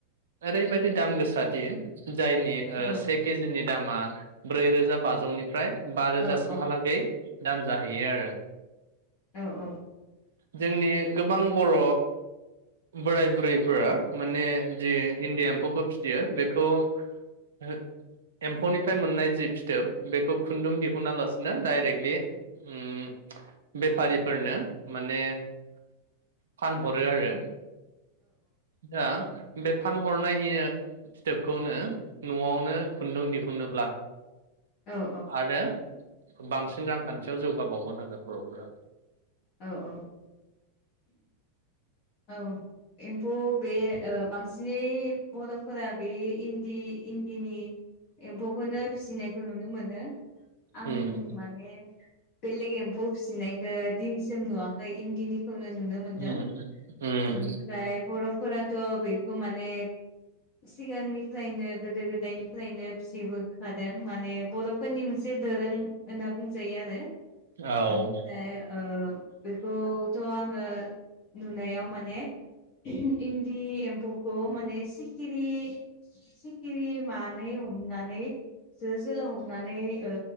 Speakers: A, on the right; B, on the left.
A: ओरैबायदि दाम गोसादि जायनि
B: औ
A: से केजिनि दामा ब्रैरोजा बाजौनिफ्राय बारोजा
B: औ
A: सिमहालागै
B: औ
A: दाम जाहैयो आरो
B: औ औ
A: जोंनि गोबां बर' बोराय बुरैफोरा माने जि इणडि एम्फौखौ फिथियो बेखौ ओहो एम्फौनिफ्राय मोननाय जि फिथोब बेखौ खुन्दुं दिहुना लासे डाइरेक्टलि ओं बेफारिफोरनो माने फानहरो आरो दा बे फानहरनाय एओ फिथोबखौनो न'आवनो खुन्दुं दिहुनोब्ला
B: औ
A: आरो बांसिन रांखान्थियाव जौगाबावगोन आरो बर'फोरा
B: औ औ औ एम्फौ बे ओ बांसिनै बर'फोरा बे इन्दि इन्दिनि एम्फौखौनो फिसिनायखौ नुनो मोनो आं
A: उम
B: माने बेलेग एम्फौ फिसिनायखो दिनैसिम नुवा इन्दिनि खौनो नुनो मोन्दों
A: उम उम
B: बिनिफ्राय बर फोराथ बेखौ माने सिगांनिफ्रायनो गोदो गोदायनिफ्रायनो फिसिबोखादों माने बर' फोरनि मोनसे दोरों होनना बुंजायो आरो
A: औ
B: बेनिफ्राय बेखौथ' आङो नुनायाव माने इन्दि एम्फौखौ माने सिखिरि सिखिरि मानै हनानै जो जला हमनानै ओ